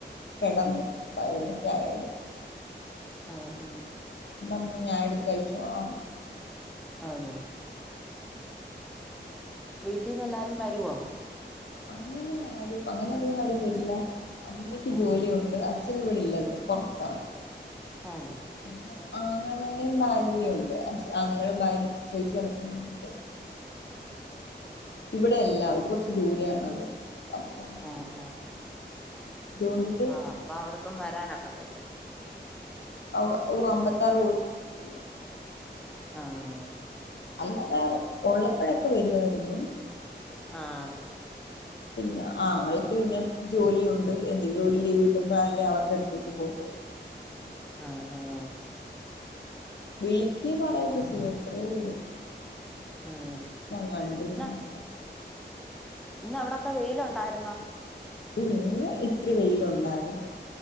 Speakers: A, on the left (about 75°); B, in the centre.
A: കിടന്ന് വയലറ്റായടി
B: ആ ഉം
A: ന്ന് ഞായെടുത്ത് കഴിച്ചോളാന്ന് <unintelligible>
B: ആന്ന് വീട്ടീന്ന് എല്ലാരും വരുവോ
A: അങ്ങനെ ആരും അങ്ങനെ അധികം ആരും വരില്ല അമ്മയ്ക്ക്
B: ആഹ്
A: ജോലി ഉണ്ട് അച്ഛൻ ഇവിടെയില്ല പൊർത്താണ്
B: ആണ്
A: പിന്നെ ആങ്ങളെയും ഭാര്യയും ഉണ്ട് അശ് ആങ്ങള്യടെ ഭാര്യ പ്രസവിച്ചു കിടക്കുണോണ്ടിട്ട് ഇവിടെയല്ല അവര് കൊറച്ച് ദൂരെയാണത് അപ്പൊ
B: ആ ആ
A: അതുകൊണ്ടിട്ട്
B: ആ അപ്പ അവർക്കും വരാനൊക്കത്തില്ലല്ലോ
A: അബൂഊ അമ്പത്താറ് കോഴട്ടില്ല
B: ആഹ്ആ
A: അല്ലാതെ ഉള്ളപ്പഴെക്കെ വരുവായിരുന്നു
B: ആഹ്ആ
A: പിന്നെ ആങ്ങളക്ക് പിന്നെ ജോലിഒണ്ട് എന്തെങ്കിലും ഒരു ലീവ് കിട്ടുമ്പോല്ലേ അവരുടെ അടുത്തോട്ട് പോവത്തൊളു
B: ആഹ് ആഹ്ആ
A: വീക്കി പറയെകെ ചെയ്യും അത്രയേ ഉള്ളൂ
B: ആഹ്
A: ഞങ്ങൾ രണ്ടുപേരും
B: ആഹ്ആ
A: മാത്രം
B: ഇന്നവിടൊക്കെ വെയിലുണ്ടായിരുന്നോ
A: ഏഹ് ഇതിരി വെയിലുണ്ടായിരുന്നു